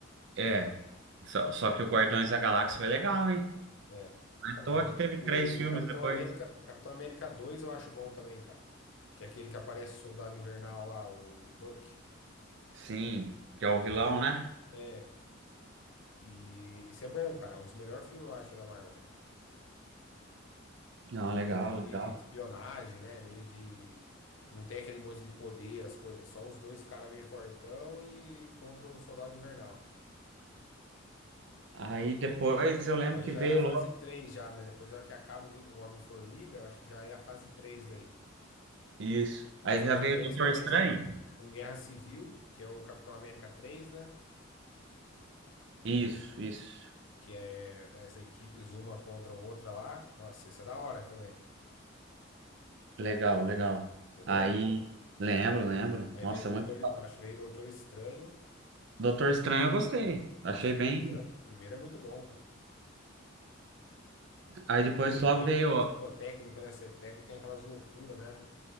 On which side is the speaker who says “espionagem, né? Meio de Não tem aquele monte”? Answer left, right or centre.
Left